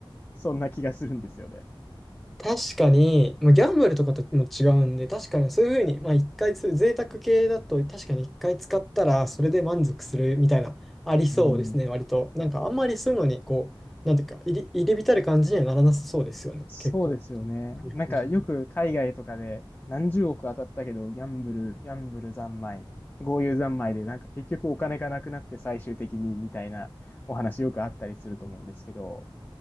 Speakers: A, on the left (about 20°); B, in the centre.
A: そんな気がするんですよね。
B: 確かに、まあ、ギャンブルとかとも違うんで、確かにそういうふうに、まあ、一回そういう贅沢系だと、確かに一回使ったら、それで満足するみたいな、ありそうですね、
A: うん。
B: 割と。なんか、あんまりそういうのに、こう、なんていうか、入り、入り浸る感じにはならなさそうですよね、
A: そうですよね。
B: 結構。日本人。
A: なんかよく海外とかで何十億当たったけど、ギャンブル、ギャンブル三昧、豪遊三昧でなんか結局お金がなくなって最終的にみたいなお話よくあったりすると思うんですけど、